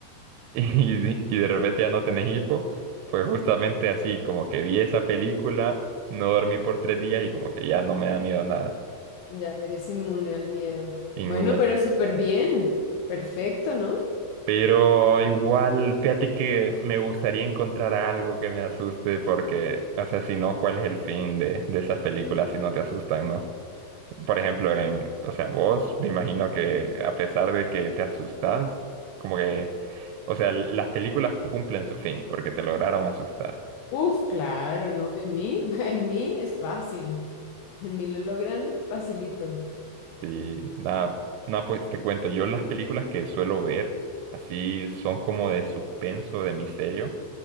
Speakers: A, on the right (about 85°); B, on the left (about 75°).
A: <laughs> y, y de repente ya no tenés hipo, pues justamente así, como que vi esa película, no dormí por tres días y como que ya no me da miedo nada,
B: Ya eres inmune al miedo.
A: ningún
B: Bueno,
A: él.
B: pero súper bien. Perfecto, ¿no?
A: Pero igual, fíjate que me gustaría encontrar algo que me asuste porque, o sea, si no, ¿cuál es el fin de, de esas películas si no te asustan, no? Por ejemplo, en, o sea, vos, me imagino que a pesar de que te asustas, como que, o sea, las películas cumplen su fin porque te lograron asustar.
B: Uf, claro, <laughs> ¿no? En mí, <laughs> en mí es fácil. En mí lo logran facilito.
A: Sí, nada, nada, pues te cuento, yo las películas que suelo ver así son como de suspenso, de misterio.